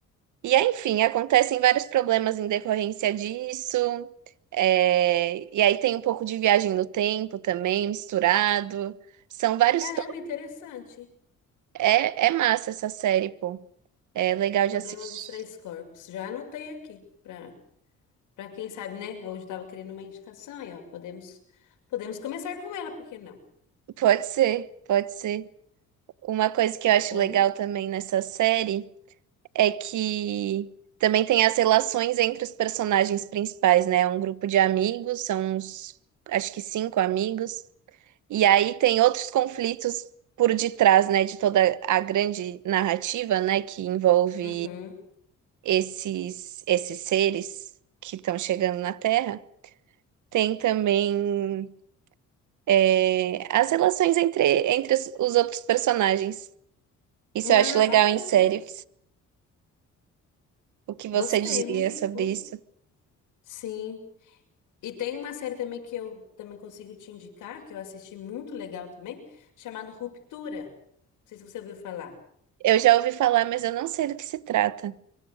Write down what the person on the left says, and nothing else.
Caramba,
interessante.
Problema
dos três corpos. Já anotei aqui para para quem sabe, né? Hoje eu estava querendo uma indicação aí, ó. Podemos podemos começar com ela, por que não?
Boa.
Uhum.
Ah,
bacana.
Gostei.
hum,
boa.
Sim. E tem uma série também que eu também consigo te indicar, que eu assisti muito legal também, chamada Ruptura. Não sei se você ouviu falar.